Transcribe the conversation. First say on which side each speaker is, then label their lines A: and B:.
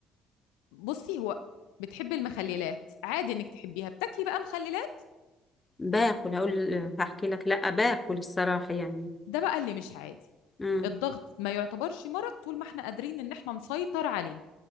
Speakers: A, on the left; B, on the left.
A: بصي هو بتحبي المخللات عادي انك تحبيها بتاكلي بقى مخللات
B: باكل هقول هحكي لك لا باكل الصراحة يعني
A: ده بقى اللي مش عادي
B: مم.
A: الضغط ما يعتبرش مرض طول ما احنا قادرين ان احنا نسيطر عليه